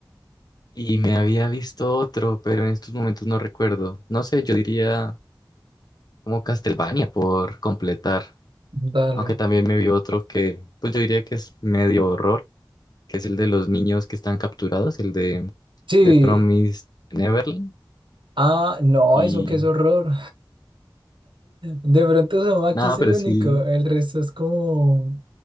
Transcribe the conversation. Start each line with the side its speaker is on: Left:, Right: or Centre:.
Left: Y me había visto otro, pero en estos momentos no recuerdo. No sé, yo diría como Castlevania por completar.
Right: Dale.
Left: Aunque también me vi otro que, pues yo diría que es medio horror, que es el de los niños que están capturados, el de,
Right: Sí.
Left: de Promised Neverland.
Right: Ah, no,
Left: Y
Right: eso qué es horror. De pronto Uzumaki
Left: nada,
Right: es el
Left: pero
Right: único,
Left: sí.
Right: el resto es como